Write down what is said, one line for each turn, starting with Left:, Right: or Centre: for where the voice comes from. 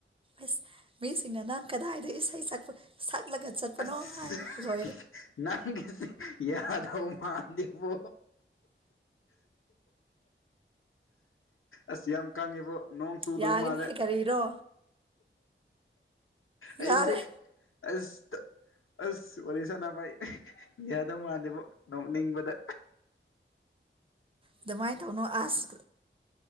Right: ꯑꯁ ꯃꯤꯁꯤꯡꯅ ꯅꯪ ꯀꯗꯥꯏꯗ ꯏꯁꯩ ꯁꯛꯄ ꯁꯛꯂꯒ ꯆꯠꯄꯅꯣ
Left: ꯑꯁ
Right: ꯍꯥꯏꯕ ꯂꯣꯏꯔꯦ
Left: ꯅꯪꯁ ꯌꯥꯗꯧ ꯃꯥꯥꯟꯗꯦꯕꯣ ꯑꯁ ꯌꯥꯝ ꯀꯪꯉꯤꯕꯣ ꯅꯣꯡ ꯆꯨꯗꯕ
Right: ꯌꯥꯒꯅꯤꯍꯦ
Left: ꯃꯥꯜꯂꯦ
Right: ꯀꯔꯤꯔꯣ
Left: ꯑꯩꯁꯦ
Right: ꯌꯥꯔꯦ
Left: ꯑꯁ ꯑꯁ ꯋꯥꯔꯤ ꯁꯥꯟꯅꯕ ꯌꯥꯗꯧ ꯃꯥꯟꯗꯦꯕ ꯅꯣꯛꯅꯤꯡꯕꯗ
Right: ꯑꯗꯨꯃꯥꯏꯅ ꯇꯧꯅꯨ ꯑꯁ